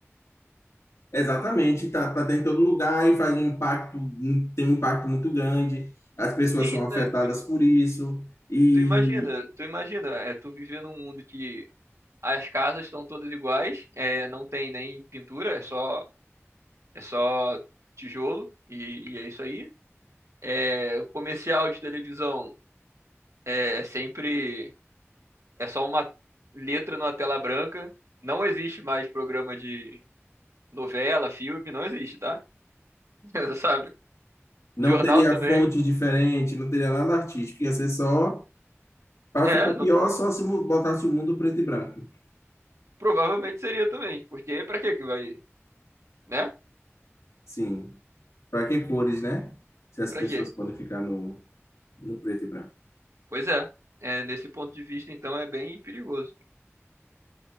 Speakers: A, on the left; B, on the right.
A: Exatamente, tá, tá tá em todo lugar e faz um impacto, um- tem um impacto muito grande. As pessoas
B: Sim,
A: são afetadas
B: né, tu,
A: por isso e
B: tu imagina, tu imagina, é, tu viver num mundo que as casas estão todas iguais, é, não tem nem pintura, é só, é só tijolo e, e é isso aí. É, o comercial de televisão é, é sempre É só uma letra numa tela branca. Não existe mais programa de novela, filme, não existe, tá? <laughs> Sabe?
A: não
B: Jornal
A: teria
B: também.
A: fonte diferente, não teria nada artístico, ia ser só para
B: É,
A: ficar pior
B: não-
A: só se mu- botasse o mundo preto e branco.
B: provavelmente seria também. Porque pra que que vai, né?
A: Sim, para que cores, né? Se as
B: Pra
A: pessoas
B: quê?
A: podem ficar no, no preto e branco.
B: Pois é. É, nesse ponto de vista, então, é bem perigoso.